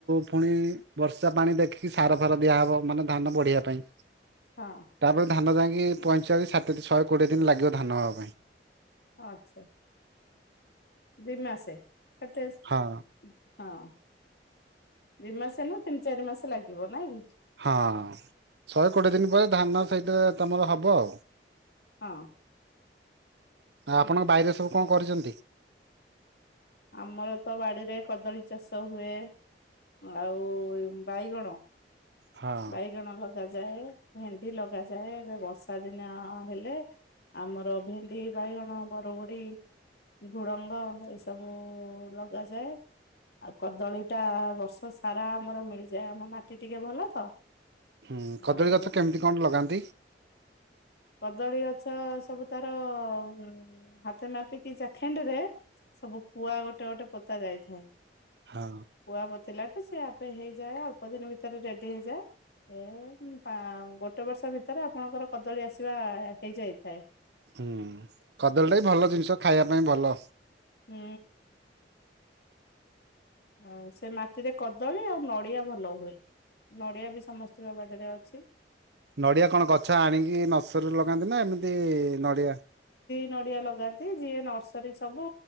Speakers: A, on the right; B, on the left.
A: ପୁଣି ବର୍ଷା ପାଣି ଦେଖିକି ସାର ଫାର ଦିଆହବ ମାନେ ଧାନ ବଢିବା ପାଇଁ।
B: ହଁ
A: ତାପରେ ଧାନ ଯାଇଁକି କି ପଇଁଚାଳିଶ, ଷାଠିଏ ଶହେ କୋଡିଏ ଦିନ ଲାଗିବ ଧାନ ହବା ପାଇଁ।
B: ଆଚ୍ଛା। ଦି ମାସେ? ସେ ଟେଷ୍ଟ
A: ହଁ
B: ହଁ। ଦି ମାସେ ନୁହଁ, ତିନି ଚାରି ମାସ ଲାଗିବ ନାଇଁକି?
A: ହଁ, ଶହେକୋଡିଏ ଦିନ ପରେ ଧାନ ସେଇଟା ତମର ହବ ଆଉ।
B: ହଁ।
A: ଆଉ ଆପଣଙ୍କ ବାଇରେ ସବୁ କଣ କରିଚନ୍ତି?
B: ଆମର ତ ବାଡିରେ କଦଳୀ ଚାଷ ହୁଏ ଆଉ ବାଇଗଣ,
A: ହଁ
B: ବାଇଗଣ ଲଗାଯାଏ ଭେଣ୍ଡି ଲଗାଯାଏ, ଏବେ ବର୍ଷା ଦିନିଅ ହେଲେ, ଆମର ଭେଣ୍ଡି, ବାଇଗଣ, ବର ବରଗୁଡ଼ି, ଝୁଡଙ୍ଗ ଏଇସବୁ ଲଗାଯାଏ। ଆଉ କଦଳୀଟା ବର୍ଷ ସାରା ଆମର ମିଳିଯାଏ। ଆମ ମାଟି ଟିକେ ଭଲ ତ
A: ହୁଁ। କଦଳୀ
B: ଆଉ
A: ଗଛ କେମିତି କଣ ଲଗାନ୍ତି?
B: କଦଳୀ ଗଛ ସବୁ ତାର, ଉଁ ହାତେ ମାପିକି ଚାଖେଣ୍ଡେରେ ସବୁ ପୁଆ ଗୋଟେ ଗୋଟେ ପୋତା ଯାଇଥାଏ।
A: ହଁ
B: ପୁଆ ପୋତିଲାଠୁ ସେ ଆପେ ହେଇଯାଏ, ଅଳ୍ପ ଦିନ ଭିତରେ ରେଡି ହେଇଯାଏ। ଏଇ ପା ଗୋଟେ ବର୍ଷ ଭିତରେ ଆପଣଙ୍କର କଦଳୀ ଆସିବା ହେଇଯାଇଥାଏ।
A: ହୁଁ। କଦଳୀଟା ବି ଭଲ ଜିନିଷ ଖାଇବା ପାଇଁ ଭଲ।
B: ହୁଁ। ଆଉ ସେ ମାଟିରେ କଦଳୀ ଆଉ ନଡିଆ ଭଲ ହୁଏ। ନଡ଼ିଆ ବି ସମସ୍ତିଙ୍କ ବାରିରେ ଅଛି।
A: ନଡିଆ କଣ ଗଛ ଆଣିକି ନର୍ସରୀରୁ ଲଗାନ୍ତି ନା, ଏମିତି ନଡିଆ
B: ନଡ଼ିଆ ଲଗାନ୍ତି। ଯିଏ ନର୍ସରୀ ସବୁ,